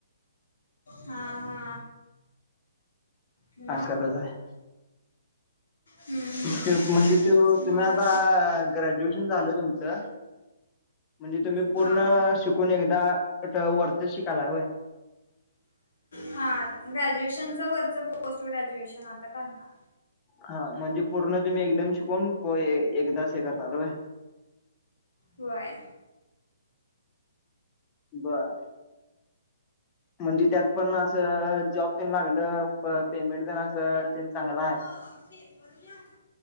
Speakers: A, on the left (about 60°); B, on the left (about 25°).
A: हा हा मग
B: आजका कझ आहे
A: हम्म हम्म
B: तेज म्हणजे त तुम्ही
A: मग
B: आता ग्रॅज्युएशन झालय तुमचं म्हणजे तुम्ही पूर्ण
A: हा
B: शिकून एकदा वरते शिकायला वय
A: हा ग्रॅज्युएशनच वरच पोस्ट ग्रॅज्युएशन आता करणार
B: हा म्हणजे पूर्ण तुम्ही एकदम शिकून होये एकदाच हे करणारलो
A: वय
B: बर म्हणजे त्यात पण असं जॉब त्यांनी लागलं पेमेंट प असं चांगलं आहे
A: ह फेप घ